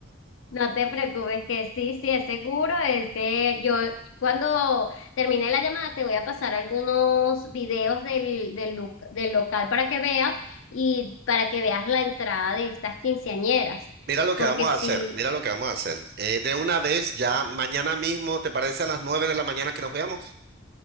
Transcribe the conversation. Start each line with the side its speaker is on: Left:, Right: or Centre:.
Left: no te preocupes que sí, sí, es seguro, ese, yo cuando termine la llamada te voy a pasar algunos videos del, del, lu- del local para que veas y para que veas la entrada de estas quinceañeras,
Right: Mira lo que
Left: porque
Right: vamos
Left: sí.
Right: a hacer, mira lo que vamos a hacer. Eh, de una vez, ya mañana mismo, ¿te parece a las nueve de la mañana que nos veamos?